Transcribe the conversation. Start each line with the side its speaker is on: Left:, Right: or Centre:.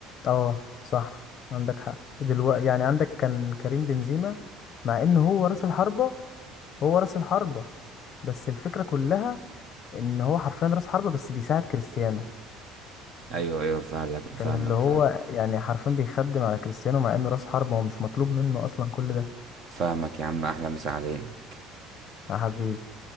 Left: اه صح عندك حق دلوقتي يعني عندك كان كريم بنزيما مع ان هو راس الحربة هو راس الحربة بس الفكرة كلها ان هو حرفيا راس حربة بس بيساعد كريستيانو
Right: ايوه ايوه فاهمك
Left: كان
Right: فاهمك
Left: اللي هو
Right: فاهمك
Left: يعني حرفيا بيخدم على كريستيانو مع انه راس حربة هو مش مطلوب منه اصلا كل ده
Right: فاهمك يا عم احلى مسا عليه
Left: يا حبيبي